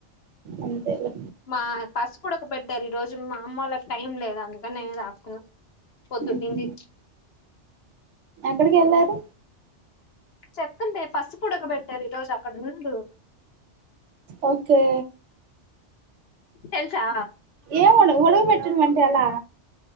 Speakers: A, on the right; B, on the left.
A: అంతేలే
B: మా పసుపు ఉడక పెట్టారు ఈ రోజు కొంచెం మా అమ్మోళ్లకి టైం లేదు అందుకనే నేనే రాస్తున్న పొద్దుటి
A: ఉహు
B: నుండి
A: ఎక్కడికి వెళ్ళారు
B: చెప్పండి పసుపుఉడకబట్టారు ఈ రోజు అక్కడ నుండు
A: ఓకే
B: తెలుసా
A: ఏం ఉండక ఉడకబెట్టటమం చలా